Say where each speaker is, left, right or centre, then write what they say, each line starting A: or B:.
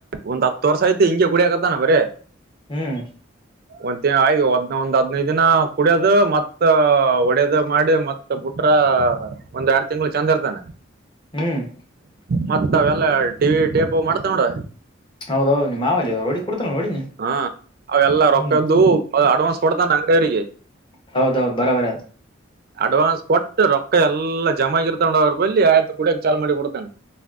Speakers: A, on the right; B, on the left.
A: ಒಂದ್ ಹತ್ತು ವರ್ಷ ಐತಿ ಹಿಂಗಗೆ ಕುಡಿಯಕತ್ತಾನ ಬರೀ.
B: ಹ್ಮ್.
A: <inaudible> ಒಂದ ತಿಂಗಳ್ ಆಗಿ ಒದ್ ಒಂದ್ ಹದ್ನೈದು ದಿನ ಕುಡಿಯೋದು ಮತ್ತ ಒಡ್ಯದ ಮಾಡಿ ಮತ್ ಮತ್ತ ಬುಟ್ರ ಒಂದ್ ಎರಡು ತಿಂಗಳ ಚೆಂದ ಇರ್ತಾನ.
B: ಹ್ಮ್.
A: ಮತ್ತ ಅವೆಲ್ಲ ಟಿ ವಿ ಟೇಪ್ ಮಾಡ್ತಾ ನೋಡ.
B: ಹೌದೌ ನೀಮ್ಮ ಮಾವ ಅಲ್ಲಿ ರೋಡಿಗ ಕುರ್ತಾನ ನೋಡಿನಿ.
A: ಹಾ ಅವೆಲ್ಲ ರೊಕ್ಕದ್ದು
B: ಹ್ಮ್
A: ಅಡ್ವಾನ್ಸ್ ಕೊಡ್ತಾನ ಅಂಗಡಿಯವರಿಗೆ.
B: ಹೌದೌದ ಬರೋಬರ ಅದ.
A: ಅಡ್ವಾನ್ಸ್ ಕೊಟ್ಟು ರೊಕ್ಕ ಎಲ್ಲಾ ಜಮಾ ಆಗಿರ್ತಾವ ಅವ್ರ ಬಲ್ಲಿ ಆಯ್ತು ಕುಡಿಯಕ ಚಾಲ್ ಮಾಡಿ ಬಿಡ್ತಾನ.